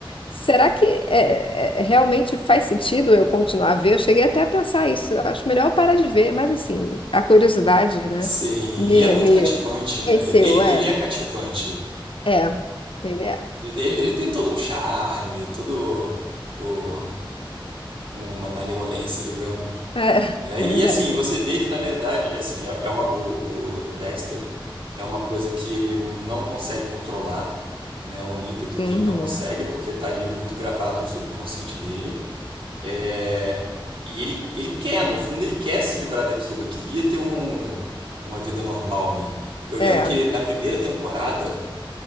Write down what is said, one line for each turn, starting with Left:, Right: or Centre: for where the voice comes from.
Left: Será que é, é, realmente faz sentido eu continuar a ver? Eu cheguei até a pensar isso. Eu acho melhor eu parar de ver, mas assim, a curiosidade, né,
Right: Sim,
Left: me,
Right: e é muito
Left: me
Right: cativante, né?
Left: venceu.
Right: Ele,
Left: É,
Right: ele é cativante.
Left: é, ele é.
Right: Ele, ele tem todo um charme, todo o, uma malevolência, digamos.
Left: <laughs> É,
Right: né?
Left: é
Right: E
Left: verdade.
Right: assim, você vê que na verdade, é assim, é, é uma, o, o, o Dexter é uma coisa que ele não consegue controlar, né? Um ímpeto
Left: Uhum.
Right: que ele não consegue, porque tá ali muito gravado no subconsciente dele. É, e ele, ele quer, no fundo, ele quer se livrar daquilo. Ele queria ter um, uma vida normal, né? Eu
Left: É,
Right: lembro que na primeira temporada,